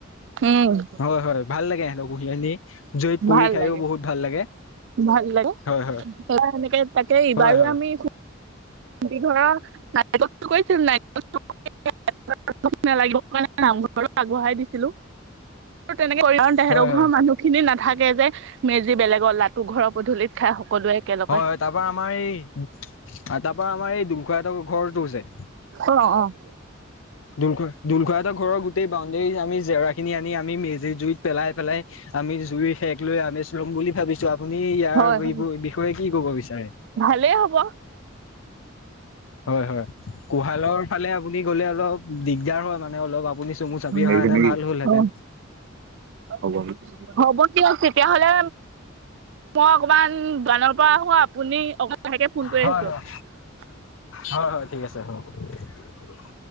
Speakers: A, on the right (about 65°); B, on the left (about 80°).
A: হুম।
B: হয় হয় ভাল লাগে সিহঁতৰ কুহিয়া নি। জুইত পুৰি
A: ভাল
B: খাইও
A: লাগে
B: বহুত ভাল লাগে।
A: ভাল লাগে
B: হয়
A: <unintelligible>
B: হয়
A: তাকে ইবাৰো
B: হয় হয়
A: আমি <unintelligible> <unintelligible> নেলাগিব কাৰণে নামঘৰত আগবঢ়াই দিছিলো। তেনেকে কৰিম কাৰণ তেহেঁতৰ
B: হয় হয় হয়
A: ঘৰৰ মানুহ খিনি নাথাকে যে। মেজি বেলেগৰ লাতু ঘৰৰ পধূলিত খাই সকলোৱে একেলগে
B: অ তাৰ পৰা আমাৰ এই তাৰ পৰা আমাৰ এই দুুল খুৰাহঁতৰ ঘৰটো যে।
A: অ, অ।
B: দোলখ দোল খুৰাহঁতৰ ঘৰৰ গোটেই বাউণ্ডেৰীত আমি জেওৰাখিনি আনি আমি মেজি জুইত পেলাই পেলাই আমি জুই সেক লৈ আমেচ লম বুলি ভাবিছো। আপুনি ইয়াৰ
A: হয় হয়
B: এইবোৰৰ বিষয়ে কি ক'ব বিচাৰে?
A: ভালেই হ'ব।
B: হয়, হয়। কোহালৰ ফালে আপুনি গলে অলপ দিগদাৰ হয় মানে অলপ আ আপুনি চমু চাপি অহা
A: এৰিছা
B: হেতেন
A: নেকি
B: ভাল হ'লহেঁতেন।
A: অ হ'ব, হ'ব দিয়ক তেতিয়াহ'লে মই অকমান দোকানৰ পৰা আহো। আপুনি অকন লাহেকে ফোন কৰি
B: হয়
A: আছো।
B: হয়
A: <inaudible>
B: হয়, হয় ঠিক আছে <unintelligible>